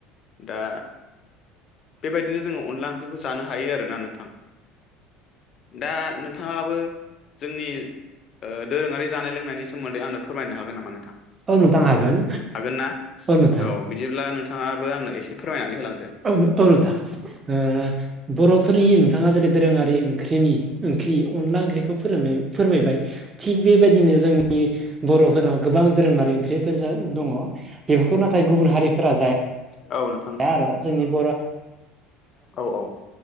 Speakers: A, on the left (about 45°); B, on the right (about 30°).
A: दा बेबायदिनो जोंङो अनला ओंख्रिखौ जानो हायो आरोना नोंथां। दा नोंथाङाबो जोंनि दोरोङारि जानाय लोंनायनि सोमोन्दै आंनो फोरमायनो हागोन नामा नोंथां?
B: औ नोंथां हागोन
A: हागोन ना?
B: औ नों
A: औ बिदिब्ला नोंथाङाबो आंनो एसे फोरमायनानै होलां
B: औ औ नोंथां ओ बर'फोरनि नोंथाङा जेरै दोरोङारि ओंख्रिनि ओंख्रि अनला ओंख्रिखौ फोर फोरमायबाय थिग बेबायदिनो जोंनि बर'फोरनाव गोबां दोरोङारि ओंख्रिफोरजो दङ बेफोरखौ नाथाय गुबुन हारिफोरा जाया
A: औ नों
B: दा आरो' जोंनि बर'
A: औ औ